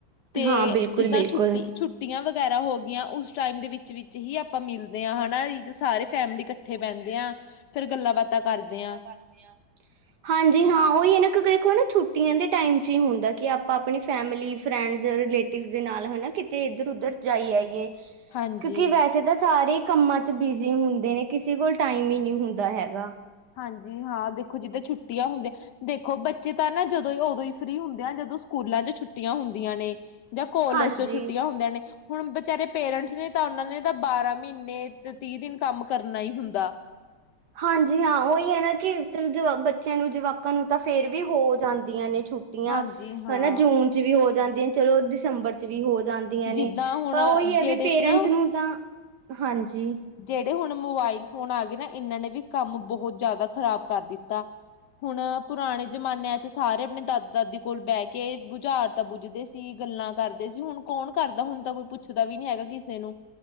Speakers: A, on the left; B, on the right.
A: ਤੇ
B: ਹਾਂ ਬਿਲਕੁਲ
A: ਜਿੱਦਾਂ
B: ਬਿਲਕੁਲ
A: ਛੁੱਟੀ ਛੁੱ- ਛੁਟੀਆਂ ਵਗੈਰਾ ਹੋ ਗਈਆਂ, ਉਸ ਟਾਈਮ ਦੇ ਵਿੱਚ ਵਿੱਚ ਹੀ ਆਪਾਂ ਮਿਲਦੇ ਹਾਂ ਹਨਾ, ਸਾਰੇ ਫੈਮਲੀ ਇਕੱਠੇ ਬਹਿੰਦੇ ਹਾਂ ਫੇਰ ਗੱਲਾਂ-ਬਾਤਾਂ ਬਾਤਾਂ ਕਰਦੇਆਂ।
B: ਕਰਦੇਆਂ। ਹਾਂਜੀ ਹਾਂ ਉਹੀ ਹੈ ਨਾ ਕਿਉਂਕਿ ਦੇਖੋ ਨਾ ਛੁੱਟੀਆਂ ਦੇ ਟਾਈਮ'ਚ ਹੀ ਹੁੰਦਾ ਕਿ ਆਪਾਂ ਆਪਣੀ ਫੈਮਿਲੀ ਫਰੈਂਡਸ ਰਿਲੇਟਿਵ ਦੇ ਨਾਲ ਹੈਨਾ ਕਿਤੇ ਇੱਧਰ ਉਧਰ ਜਾਈ ਆਈਏ।
A: ਹਾਂਜੀ
B: ਕਿਉਂਕਿ ਵੈਸੇ ਤਾਂ ਸਾਰੇ ਕੰਮਾਂ ਚ ਬਿਜ਼ੀ ਹੁੰਦੇ। ਦੇ ਨੇ ਕਿਸੇ ਕੋਲ ਟਾਈਮ ਹੀ ਨਹੀਂ ਹੁੰਦਾ ਹੈਗਾ।
A: ਹਾਂਜੀ ਹਾਂ ਦੇਖੋ ਜਿੱਦਾਂ ਛੁੱਟੀਆਂ ਹੁੰਦੀਆਂ। ਦੇਖੋ ਬੱਚੇ ਤਾਂ ਨਾ ਜਦੋਂ ਉਦੋਂ ਹੀ ਫ੍ਰਰੀ ਹੁੰਦੇ ਆ ਜਦੋਂ ਸਕੂਲਾਂ'ਚ ਛੁ ਛੁੱਟੀਆਂ ਹੁੰਦੀਆਂ ਨੇ ਜਾਂ ਕੋਲੇਜ
B: ਹਾਂਜੀ
A: ਚ ਛੁੱਟੀਆਂ ਹੁੰਦੀਆਂ ਨੇ। ਹੁਣ ਬਚਾਰੇ ਪੇਰੈਂਟਸ ਨੇ ਤਾਂ ਉਹਨਾਂ ਨੇ ਤਾਂ ਬਾਰਾਂ ਮਹੀਨੇ ਤੇ ਤੀਹ ਦਿਨ ਕੰਮ ਕਰਨਾ ਹੀ ਹੁੰਦਾ।
B: ਹਾਂਜੀ ਹਾਂ ਉਹੀ ਹੈ ਨਾ ਕਿ ਜਵਾ ਚਲ ਬੱਚਿਆਂ ਨੂੰ ਜਵਾਕਾਂ ਨੂੰ ਤਾਂ ਫੇਰ ਵੀ ਹੋ ਜਾਂਦੀਆਂ ਨੇ ਛੁ ਟੀਆਂ
A: ਹਾਂਜੀ ਹਾਂ
B: ਹੈਨ੍ਹਾਂ, ਜੂਨ ਚ ਵੀ ਹੋ ਜਾਂਦੀਆਂ ਚਲੋ ਦਸੰਬਰ ਵੀ ਹੋ ਜਾਂਦੀਆਂ
A: ਜਿੱਦਾਂ
B: ਨੇ
A: ਹੁਣ
B: ਪਰ ਉਹੀ ਹੈ
A: ਜਿਹੜੇ
B: ਵੀ ਪੇਰੈਂਟਸ
A: ਨਾ
B: ਨੂੰ ਤਾਂ, ਹਾਂਜੀ-
A: ਜਿਹੜੇ ਹੁਣ ਮੋਬਾਇਲ ਫੋਨ ਆ ਗਏ ਨਾ ਇਹਨਾਂ ਨੇ ਵੀ ਕੰਮ ਬਹੁਤ ਜ਼ਿਆਦਾ ਖਰਾਬ ਕਰ ਦਿੱਤਾ। ਹੁਣ ਪੁਰਾਣੇ ਜਮਾਨਿਆਂ'ਚ ਸਾਰੇ ਆਪਣੇ ਦਾਦਾ-ਦਾਦੀ ਕੋਲ ਬਹਿ ਕੇ ਬੁਝਾਰ ਤਾਂ ਬੱਝਦੇ ਸੀ ਗੱਲਾਂ ਕਰਦੇ ਸੀ। ਹੁਣ, ਕੌਣ ਕਰਦਾ ਹੁਣ ਤਾਂ ਕੋਈ ਪੁੱਛਦਾ ਵੀ ਨੀ ਹੈਗਾ ਕਿਸੇ ਨੂੰ।